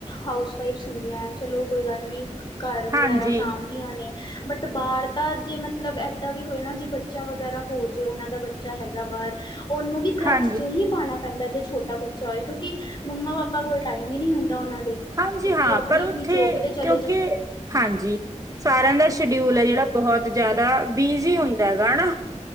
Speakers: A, on the left (about 35°); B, on the right (about 25°).
A: ਹਾਊਸ ਵਾਈਫਸ ਹੁੰਦੀਐ ਚਲੋ ਕੋਈ ਗੱਲ ਨੀਂ, ਘਾਰ
B: ਹਾਂਜੀ
A: ਵਗੈਰਾ ਸਾਂਭ ਦੀਆਂ ਨੇਂ, ਬੱਟ ਬਾਰ ਤਾਂ ਜੇ ਮਤਲਬ ਐਦਾਂ ਵੀ ਹੋਏ ਨਾਂ ਜੇ ਬੱਚਾ ਵਗੈਰਾ ਹੋ ਜੇ ਓਨਾਂ ਦਾ ਬੱ ਚਾ ਹੈਗਾ ਬਾਰ, ਓਨੂੰ ਵੀ ਕਰਾਚੀ
B: ਹਾਂਜੀ
A: 'ਚ ਹੀ ਪਾਨਾ ਪੈਂਦਾ ਜੋ ਛੋਟਾ ਬੱਚਾ ਹੋਏ ਕਿਉਂਕਿ, ਮੰਮਾ-ਪਾਪਾ ਕੋਲ ਟਾਈਮ ਈ ਨੀਂ ਹੁੰਦਾ ਓਨਾਂ ਦੇ। ਕਿਉਂਕਿ
B: ਹਾਂਜੀ ਹਾਂ
A: ਉਹ ਆਪਣੀ
B: ਪਰ ਓਥੇ,
A: ਆਪਣੀ ਜੋਬ ਤੇ ਚਲੇ
B: ਕੇਓਂਕੇ
A: ਜਾਂਦੇ ਨੇ
B: ਹਾਂਜੀ, ਸਾਰੇਆਂ ਦਾ ਸ਼ਡਿਊਲ
A: ਹਾਂਜੀ
B: ਐ ਜੇੜਾ ਬਹੋਤ ਜਾਦਾ, ਬਿਜੀ਼ ਹੁੰਦਾ ਹੈਗਾ ਹੈਣਾ।